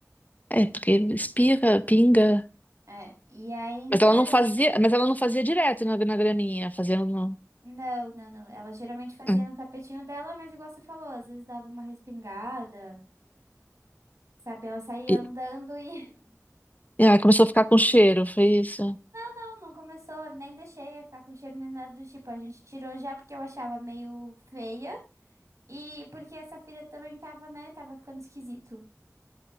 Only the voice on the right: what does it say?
É, e aí, então,
eu...
Não, não, não. Ela geralmente fazia
no tapetinho dela, mas igual você falou, às vezes dava uma respingada, sabe? Ela saía
andando e... <laughs>
Não, não começou, nem deixei a ficar com cheiro nem nada do tipo. A gente tirou já porque eu achava meio feia e porque essa Safira também tava, né? Tava ficando esquisito.